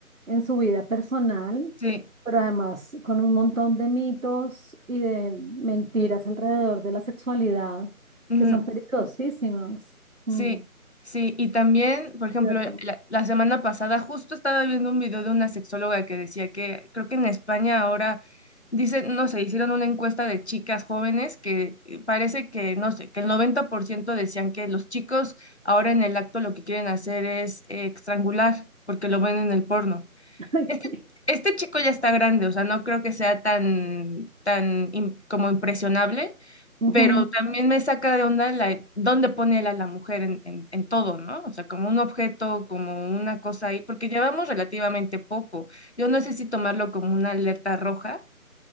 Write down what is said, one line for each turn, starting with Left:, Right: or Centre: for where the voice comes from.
Right: en su vida personal,
Left: sí.
Right: pero además con un montón de mitos y de mentiras alrededor de la sexualidad
Left: ujú.
Right: que son peligrosísimas. Mm,
Left: Sí, sí, y también, por ejemplo,
Right: cierto.
Left: la, la semana pasada justo estaba viendo un video de una sexóloga que decía que creo que en España ahora, dicen, no sé, hicieron una encuesta de chicas jóvenes que eh, parece que, no sé, que el 90% decían que los chicos ahora en el acto lo que quieren hacer es eh, estrangular porque lo ven en el porno.
Right: <laughs> Ay,
Left: Este,
Right: sí.
Left: este chico ya está grande, o sea, no creo que sea tan, tan im- como impresionable,
Right: Ujú.
Left: pero también me saca de onda la, dónde pone él a la mujer en, en, en todo, ¿no? O sea, como un objeto, como una cosa ahí, porque llevamos relativamente poco. Yo no sé si tomarlo como una alerta roja